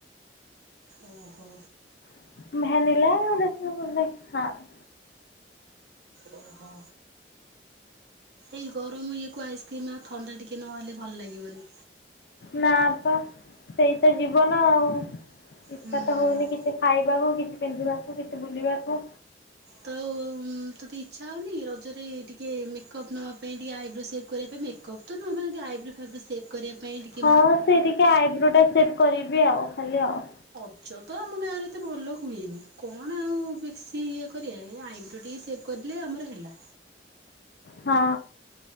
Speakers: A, on the right (about 65°); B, on the left (about 60°).
A: ଓହୋ।
B: <unintelligible>
A: ଓ ହଁ। ଏଇ ଗରମ ଇଏକୁ ଆଇସ୍କ୍ରିମ ଆଉ ଥଣ୍ଡା ଟିକେ ନହଲେ ଭଲ ଲାଗିବନି।
B: ନାପା ସେଇ ତ ଯିବନ ଆଉ ଇଚ୍ଛା
A: ହୁଁ।
B: ତ ହଉନି କିଛି ଖାଇବାକୁ କିଛି ପିନ୍ଧିବାକୁ କିଛି ବୁଲିବାକୁ।
A: ତୁ ତତେ ଇଚ୍ଛା ହଉନି ରଜରେ ଟିକେ ମେକଅପ୍ ନବା ପାଇଁ ଟିକେ ଆଇବ୍ରୋ ସେପ୍ କରିବା ପାଇଁ? ମେ କପ <unintelligible> ଆଇବ୍ରୋ ଫାଇବ୍ରୋ ସେପ୍ କରିବା ପାଇଁ ଟି
B: ହଁ ସେ ଟିକେ ଆଇବ୍ରୋ ଟା ସେପ୍ କରିବି ଆଉ ଖାଲି ଆଉ।
A: <unintelligible> ତ ଆମ ଗାଁରେ ଏତେ ଭଲ ହୁଏନି। କଣ ଆଉ ବେଶି ଇଏ କରିବା ଏ ଆଇବ୍ରୋ ଟିକେ ସେଭ୍ କରଲେ ଆମର ହେଲା।
B: ହଁ।